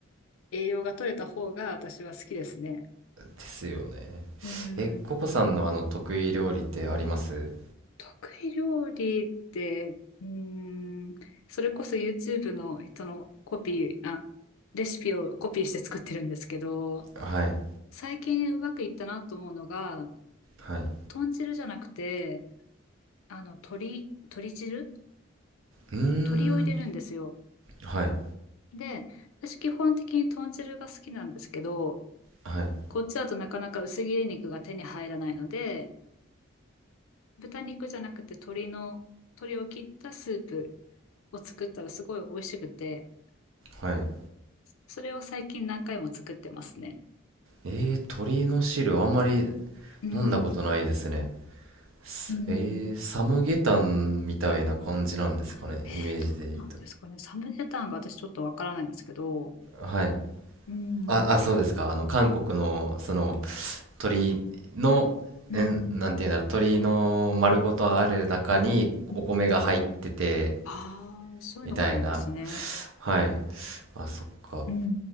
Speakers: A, on the left; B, on the right.
A: 栄養が取れた方が私は好きですね。
B: ですよね。
A: うん。
B: え、ココさんのあの、得意料理ってあります
A: 得意料理って、うん。それこそ YouTube の人のコピー、あ、レシピをコピーして作ってるんですけど、
B: はい。
A: 最近うまくいったなと思うのが、
B: はい。
A: 豚汁じゃなくて、あの、鶏、鶏汁
B: うーん。
A: 鶏を入れるんですよ。
B: はい。
A: で、私基本的に豚汁が好きなんですけど、
B: はい。
A: こっちだとなかなか薄切り肉が手に入らないので、豚肉じゃなくて鶏の、鶏を切ったスープを作ったらすごい美味しくて、
B: はい。
A: それを最近何回も作ってますね。
B: えー、鳥の汁あんまり
A: うん。
B: 飲んだことないですね。すえー、
A: うん。
B: サムゲタンみたいな感じなんですかね。
A: えー、
B: イメージで言うと。
A: どうなんですかね。サムゲタンが私ちょっとわからないんですけど。
B: はい。
A: うん。
B: あ、あ、そうですか。あの、韓国の、その、鳥の、
A: うんうんうん
B: えん、なんていうんだ、鳥の丸ごとある中にお米が入ってて、
A: うん。ああ、そういうのがあるんですね。
B: みたいな。はい。あ、そっか。
A: うんう